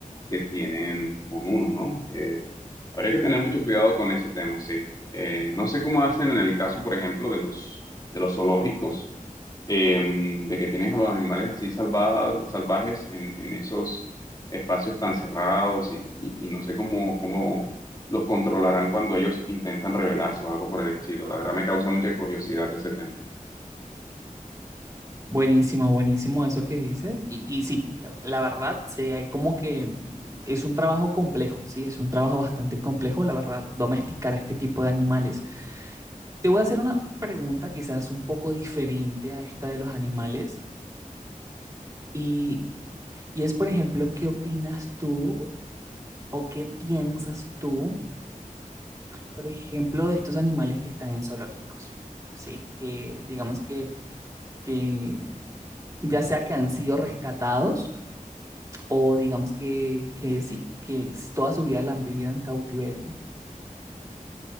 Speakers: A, on the left; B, on the right.
A: que tienen con uno, ¿no? Eh, habría que tener mucho cuidado con ese tema, sí. Eh, no sé cómo hacen en el caso, por ejemplo, de los, de los zoológicos, em, de que tienen a los animales así salva- salvajes en, en esos espacios tan cerrados y, y- y no sé cómo, cómo los controlarán cuando ellos intentan rebelarse o algo por el estilo. La verdad me causa mucha curiosidad ese tema.
B: Buenísimo, buenísimo eso que dices. Y, y sí, la verdad, sí, hay como que es un trabajo complejo, sí, es un trabajo bastante complejo, la verdad, domesticar este tipo de animales. Te voy a hacer una pregunta quizás un poco diferente a esta de los animales. Y, y es, por ejemplo, ¿qué opinas tú o qué piensas tú, por ejemplo, de estos animales que están en zoológicos? Sí, que digamos que, que ya sea que han sido rescatados o digamos que, que sí, que s- toda su vida la han vivido en cautiverio.